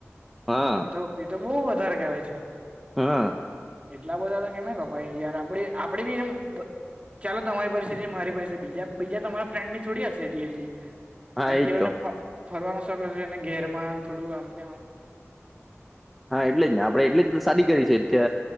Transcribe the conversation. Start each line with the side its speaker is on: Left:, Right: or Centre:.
Centre: હા
Right: એતો એતો બહવ વધારે કવાય છે
Centre: હમ
Right: એટલા બધા તો કેમે ખબર યાર આપણે આપણે બી એમ ચાલો તમારી પરિસ્થિ મારી પરિસ્િતિ બીજા બીજા તમારા ફ્રેન્ડની થોડી હશે એટલી એટલી
Centre: હા
Right: અને
Centre: એજ
Right: તેઓને
Centre: તો
Right: ફરવાનું શખ છે અને ઘેર માં થોડું આમતે
Centre: હા એટલે જ ને આપડે એટલે જ સાદી કરી છે